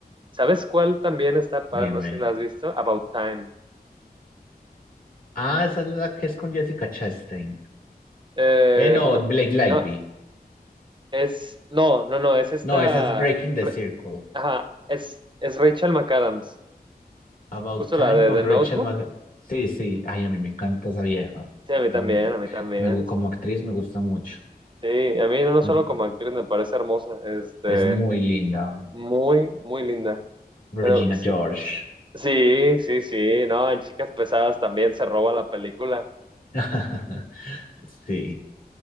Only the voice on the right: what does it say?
¿Sabes cuál también está padre?
No sé si la has visto. About Time.
Eh,
no,
no, es, no, no, no, es esta,
re-
ajá, es, es Rachel McAdams.
Justo
la de
The
Notebook.
Sí, a mí también,
a mí también.
Sí, a mí no, no
solo como actriz me parece hermosa, este,
muy, muy linda.
Pero sí,
sí, sí, sí, no, en Chicas Pesadas también se roba la película.